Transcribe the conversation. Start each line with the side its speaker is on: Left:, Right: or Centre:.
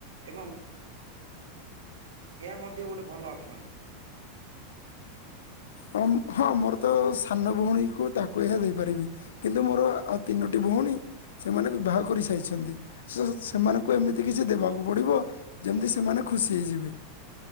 Right: ଏବଂ ଏହା ମଧ୍ୟ ଗୋଟେ ଭଲ ଅପସନ୍।
Left: କମ୍ ହଁ ମୋର ତ ସାନ ଭଉଣୀକୁ ତାକୁ ଏହା ଦେଇପାରିବି। କିନ୍ତୁ ମୋର ଆ ଆଉ ତିନୋଟି ଭଉଣୀ ସେମାନେ ବିବାହ କରିସାରିଛନ୍ତି ସେ ସେମାନଙ୍କୁ ଏମିତି କିଛି ଦେବାକୁ ପଡିବ ଯେମ୍ତି ସେମାନେ ଖୁସି ହେଇଯିବେ।